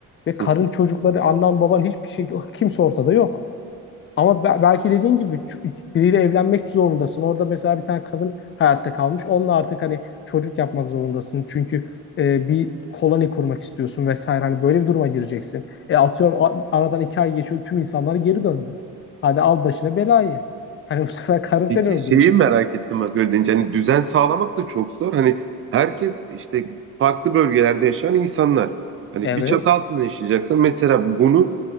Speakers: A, on the left (about 40°); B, on the right (about 40°).
A: ve karın
B: hı hı.
A: çocukları annen baban hiçbir şey kimse ortada yok. Ama be- belki dediğin gibi ç- biriyle evlenmek zorundasın. Orada mesela bir tane kadın hayatta kalmış. Onunla artık hani çocuk yapmak zorundasın. Çünkü e, bir koloni kurmak istiyorsun vesaire. Hani böyle bir duruma gireceksin. E atıyorum a- aradan iki ay geçiyor tüm insanlar geri döndü. Hadi al başına belayı. Hani bu sefer karın seni
B: peki
A: öldürür.
B: şeyi merak ettim bak öyle deyince hani düzen sağlamak da çok zor. Hani herkes işte farklı bölgelerde yaşayan insanlar. Hani
A: Evet.
B: bir çatı altında yaşayacaksan mesela bunu